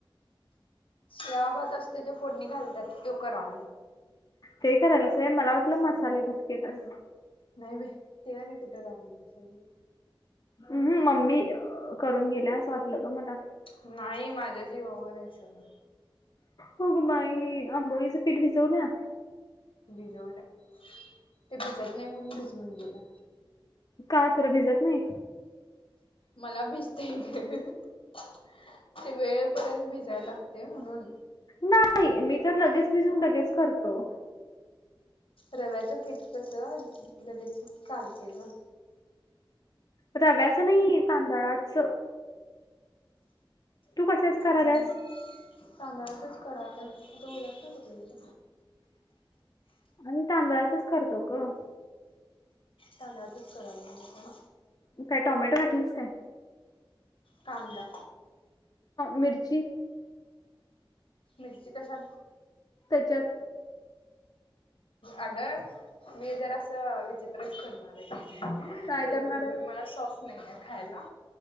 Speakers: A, on the left; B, on the left.
A: शिळा भात असतो त्यो फोडणी घालतात त्यो करालोय.
B: ते करा आल्यास होय मला वाटलं मसाले भात केल्यास.
A: नाही बाई ते आणि कुठे राहबत बसायच.
B: हम्मम मम्मी करून गेल्या असं वाटलं ग मला.
A: नाही माझ्या जी वावर आहे सगळं.
B: हो गं बाई आंबोळीचं पीठ भिजवल्या.
A: भिजवल्या ते भिजत नाही म्हणून भिजवून गेल्या.
B: का तर भिजत नाही.
A: मला भिजते ते वेळेपर्यंत भिजायला लागते म्हणून.
B: नाही मी तर लगेच भिजून लगेच करतो.
A: रव्याचं फिट कसं लगेच चालते ग.
B: रव्याचं नाही तांदळाच. कशाचं करायल्यास
A: हम्म सांगायचंच कराल आता उलात्न कुठ गेलं.
B: आम्ही तांदळाचच करतो ग.
A: तांदळाचच करा आलोय मी पण.
B: काय टमॅटो घातलीस काय.
A: कांदा.
B: मिर्ची.
A: मिरची कशा.
B: त्याच्यात.
A: अगं मी जर असं विचित्रच करणार त्याच्याबरोबर
B: काय करणार आहे
A: मला सॉस नाही आहे खायला